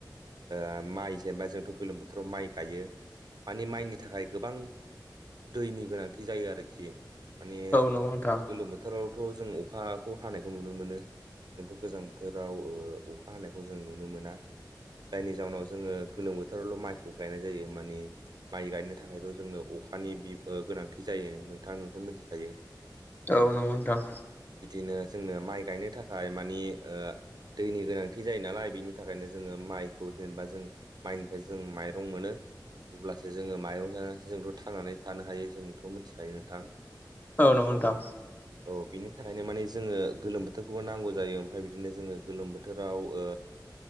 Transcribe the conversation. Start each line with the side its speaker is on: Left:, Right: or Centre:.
Right: ओ माइ जेनेबा जोंथ' गोलोम बोथोराव माइ गायो। माने माइनि थाखाय गोबां दैनि गोनांथि जायो आरोखि। माने गोलोम
Left: नंगौ नोंथां
Right: बोथोरावथ' जों अखाखौ हानायखौ नुनो मोनो। जोंथ' गोजां बोथोराव ओ अखा हानायखौ जों नुनो मोना। जायनि जाउनाव जोंङो गोलोम बोथोरावल' माइखौ गायनाय जायो मानि माइ गायनो थाखायल' जोंनो अखानि बि गोनांथि जायो नोंथां नोंथ' मिथिखायो।
Left: औ नंगौ नोंथां।
Right: बिदिनो जोंनो माइ गायनो थाखाय मानि ओ दैनि गोनांथि जायो नालाय बिनि थाखायनो जोंङो माइखौ जेनेबा जों माइनिफ्राय जों माइरं मोनो। अब्लासो जोंङो माइरं जानानैसो जोंथ' थांनानै थानो हायो जोंथ' मिथिखायो नोंथां।
Left: औ नंगौ नोंथां।
Right: औ बिनि थाखायनो माने जोंङो गोलोम बोथोर खौ नांगौ जायो ओमफफ्राय बिदिनो जोंङो गोलोम बोथोराव ओ